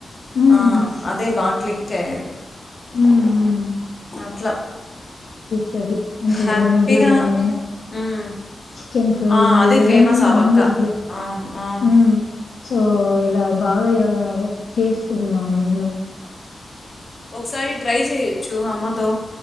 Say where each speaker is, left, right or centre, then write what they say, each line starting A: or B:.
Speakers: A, on the left; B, on the left.
A: హ్మ్.
B: ఆ అదే బాగా క్లిక్ అయ్యేది
A: హ్మ్. హ్మ్.
B: అట్లా
A: తది అంటే
B: హ్యాపీగా
A: దొన్నే బిర్యానీ
B: ఉమ్.
A: చికెన్ ఫ్రై
B: ఆ, అది
A: ఏదన్నా
B: ఫేమస్
A: నాన్
B: ఆ పక్క
A: వెజ్లో
B: అవును అవును
A: హ్మ్ సో ఇలా బాగా చేస్తుంది మా మమ్మీ
B: ఒకసారి ట్రై చేయొచ్చు అమ్మతో